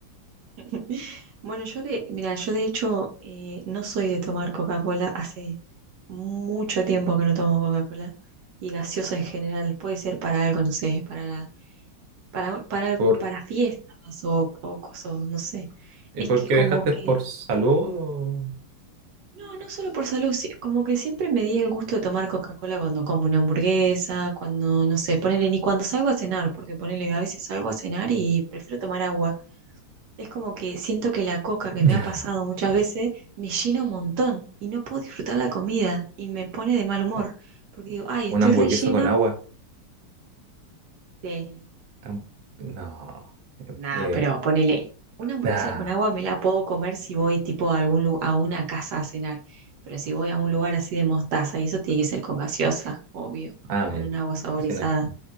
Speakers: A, on the right (about 65°); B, on the right (about 80°).
A: <laughs> Bueno, yo de, mira, yo de hecho eh, no soy de tomar Coca-Cola, hace mucho tiempo que no tomo Coca-Cola y gaseosa en general, puede ser para algo, no sé, para, para, para,
B: ¿Por,
A: para fiestas o, o cosas, no sé.
B: ¿y
A: Es
B: por
A: que
B: qué
A: como
B: dejaste
A: que
B: por salud o-
A: No, no solo por salud, sí, como que siempre me di el gusto de tomar Coca-Cola cuando como una hamburguesa, cuando, no sé, ponele, ni cuando salgo a cenar, porque ponele, a veces salgo a cenar y prefiero tomar agua. Es como que siento que la coca que
B: Ya.
A: me ha pasado muchas veces me llena un montón y no puedo disfrutar la comida y me pone de mal humor,
B: u-
A: porque digo, ay,
B: una
A: estoy
B: hamburguesa
A: rellena.
B: con agua?
A: Sí.
B: Am- No.
A: Nada,
B: Eh,
A: pero ponele, una hamburguesa
B: nah.
A: con agua me la puedo comer si voy tipo a algún lu- a una casa a cenar, pero si voy a un lugar así de mostaza, y eso tiene que ser con gaseosa, obvio,
B: Ah,
A: con
B: ah, ya.
A: un agua saborizada,
B: Sí, no es que.